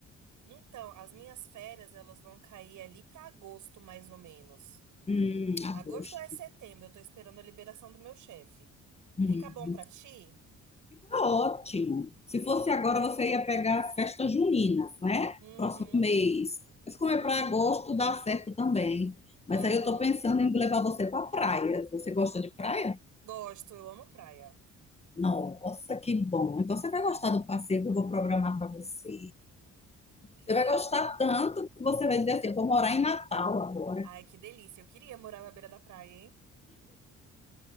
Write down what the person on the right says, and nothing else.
Então, as minhas férias, elas vão cair ali pra agosto, mais ou menos.
Agosto
é setembro, eu tô esperando a liberação do meu chefe.
Fica bom pra ti?
Uhum,
sim,
aham.
Gosto, eu amo praia.
Tem,
al-
Ai,
que delícia. Eu queria morar na beira da praia, hein?